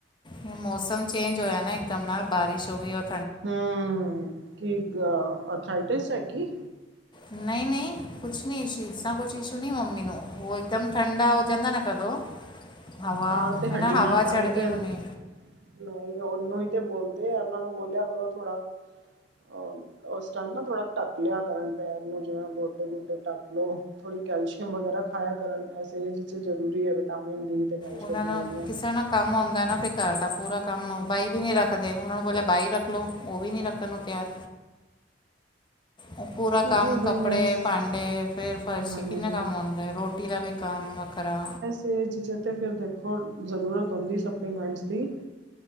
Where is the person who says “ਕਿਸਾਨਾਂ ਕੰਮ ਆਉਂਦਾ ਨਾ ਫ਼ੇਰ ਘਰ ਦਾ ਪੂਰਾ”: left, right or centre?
Left